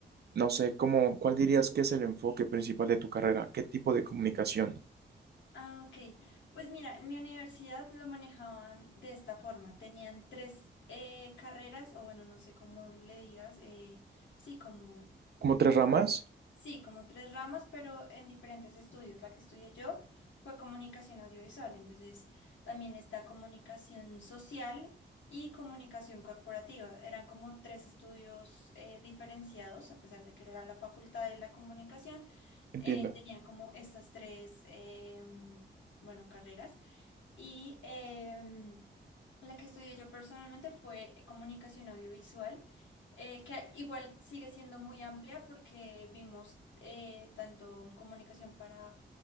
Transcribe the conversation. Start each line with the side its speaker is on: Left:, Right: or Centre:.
Right: no sé, cómo, cuál dirías que es el enfoque principal de tu carrera? ¿Qué tipo de comunicación?
Left: Ah, ok. Pues mira, en mi universidad lo manejaban de esta forma. Tenían tres eh, carreras, o bueno, no sé cómo le digas, eh, sí, como
Right: ¿Como tres ramas?
Left: Sí, como tres ramas, pero en diferentes estudios. La que estudié yo fue comunicación audiovisual, entonces también está comunicación social y comunicación corporativa. Eran como tres estudios eh, diferenciados, a pesar de que era la facultad de la comunicación,
Right: Entiendo.
Left: eh, tenían como estas tres, em, bueno, carreras. Y em, la que estudié yo personalmente fue comunicación audiovisual, eh, que igual sigue siendo muy amplia porque vimos eh, tanto comunicación para